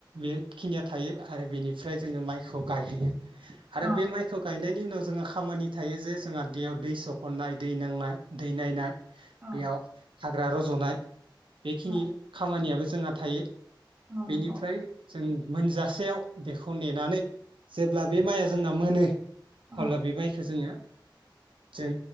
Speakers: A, on the right (about 85°); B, on the right (about 20°).
A: बेखिनिया थायो आरो बेनिफ्राय जोङो माइखौ गायहैयो। आरो
B: औ
A: बे माइखौ गाय नायनि उनाव जोंहा खामानि थायो जे जोंहा दैयाव दै सख'न्नाय दै नांनाय। दै नायनाय
B: औ
A: बेयाव हाग्रा रज'नाय। बेखिनि
B: औ
A: खामानियाबो जोंहा थायो।
B: औ
A: बेनिफ्राय
B: नंगौ
A: जों मोनजासेयाव बेखौ नेनानै जेब्ला बे माइया जोंना मोनो
B: औ
A: हब्ला बे माइखौ जोङो जों